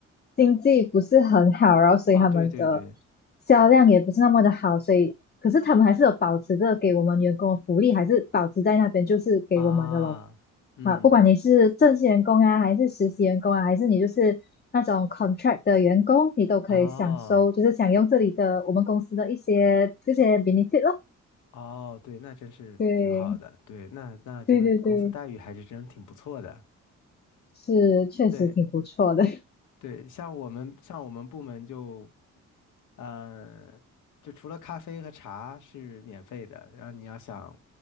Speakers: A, on the left; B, on the left.
A: 经济不是很好，然后所以他们的
B: 啊，对对对，
A: 销量也不是那么的好，所以可是他们还是有保持着给我们员工的福利，还是保持在那边就是给我们的咯。
B: 啊，嗯，
A: 啊，不管你是正式员工啊，还是实习员工啊，还是你就是那种 contract 的员工，你都可以享受，
B: 哦
A: 就是享用这里的我们公司的一些这些 benefit 咯。
B: 哦，对，那真是挺好的，
A: 对，
B: 对，那那这个公司待遇还是真挺不错的。
A: 对对对，是确实挺不错的。
B: 对对，像我们像我们部门就嗯，就除了咖啡和茶是免费的，然后你要想，